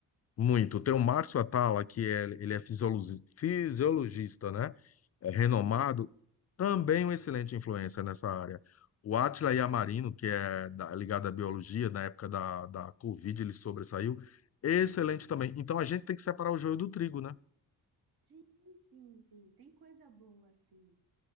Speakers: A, on the left; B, on the right.
A: muito. Tem o Márcio Atala, que é, ele é fisiologista, fisiologista, né? É renomado
B: Uhum,
A: também uma excelente influência nessa área. O Átila Yamarino, que é da- ligado à biologia, na época da, da Covid, ele sobressaiu. Excelente também. Então a gente tem que separar o joio do trigo, né?
B: sim, sim, sim, tem coisa boa, assim.